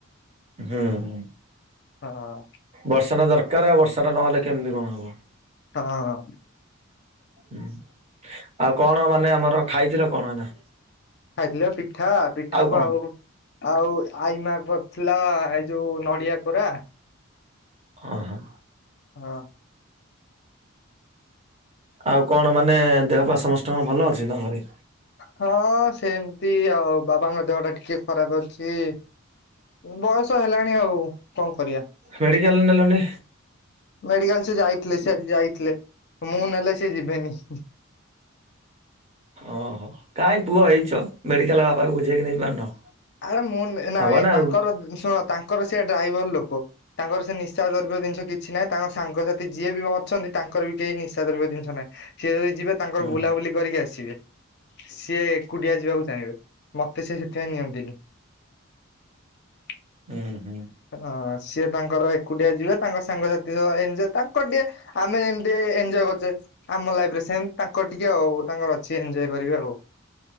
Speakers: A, on the right; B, on the left.
A: ହୁଁ ହୁଁ।
B: ହଁ
A: ବର୍ଷା ଟା ଦରକାର ଆଉ ବର୍ଷା ଟା ନହେଲେ କେମିତି କଣ ହବ।
B: ହଁ।
A: ହୁଁ। ଆଉ କଣ ମାନେ ଆମର ଖାଇଥିଲ କଣ ଏନା?
B: ଖାଇଥିଲେ ପିଠା ପିଠା କୁ
A: କଣ?
B: ଆଉ ଆଉ ଆଇମା କରଥିଲା। ଏଇ ଯୋଉ ନଡ଼ିଆ କୋରା।
A: ହଁ ହଁ।
B: ହଁ।
A: ଆଉ କଣ ମାନେ ଦେହ ପା ସମଷ୍ଟଙ୍କର ଭଲ ଅଛି ତମ ଘରେ?
B: ହଁ ସେମିତି ଆଉ ବାବାଙ୍କ ଦେହ ଟା ଟିକେ ଖରାପ ଅଛି। ବୟସ ହେଲାଣି ଆଉ କଣ କରିବା।
A: ମେଡିକାଲ୍ ନେଲନି?
B: ମେଡିକାଲ ସେ ଯାଇଥିଲେ ସେ ଯାଇଥିଲେ ମୁଁ ନେଲେ ସେ ଯିବେନି।
A: ଓହୋ କାହିଁ ପୁଅ ହେଇଛ ମେଡିକାଲ ବାପାକୁ ବୁଝେଇକି ନେଇ ପାରୁନ।
B: ଆରେ ମୁଁ ନାଇଁ
A: ହବ ନା
B: ତାଙ୍କର
A: ଆଉ
B: ଶୁଣ ତାଙ୍କର ସେ ଡ୍ରାଇଭର ଲୋକ ତାଙ୍କର ସେ ନିଶା ଦ୍ରବ୍ୟ ଜିନିଷ କିଛି ନାହିଁ ତାଙ୍କ ସାଙ୍ଗସାଥି ଯିଏ ବି ଅଛନ୍ତି ତାଙ୍କର ବି କେହି ନିଶା ଦ୍ରବ୍ୟ ଜିନିଷ ନାହିଁ। ସିଏ ଏଇ ଯିବେ ତାଙ୍କର
A: ହୁଁ
B: ବୁଲାବୁଲି କରିକି ଆସିବେ ସିଏ ଏକୁଟିଆ ଯିବାକୁ ଚାହିଁବେ ମତେ ସେ ସେଥିପାଇଁ ନିଅନ୍ତ <inaudible>
A: ହୁଁ ହୁଁ।
B: ହଁ ସିଏ ତାଙ୍କର ଏକୁଟିଆ ଯିବେ ତାଙ୍କ ସାଙ୍ଗସାଥି ସହ ଏଞ୍ଜ୍ ତାଙ୍କର୍ ଟିକେ ଆମେ ଏମତି ଏଞଜୟ କର୍ଚେ। ଆମ ଲାଇଫ ରେ ସେମ ତାଙ୍କ ଟିକେ ଆଉ ତାଙ୍କର ଅଛି ଏନ୍ଜୟ କରିବେ ଆଉ।